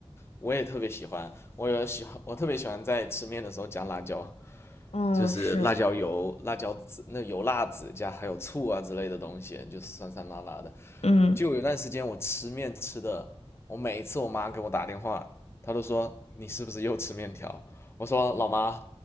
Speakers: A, on the left; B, on the left.
A: 我也特别喜欢，我有喜欢，我特别喜欢在吃面的时候加辣椒，
B: 嗯，
A: 就是辣椒油、
B: 是，
A: 辣椒籽、那油辣子加还有醋啊之类的东西，就是酸酸辣辣的。
B: 嗯。
A: 就有一段时间我吃面吃的，我每一次我妈给我打电话，她都说你是不是又吃面条？我说老妈，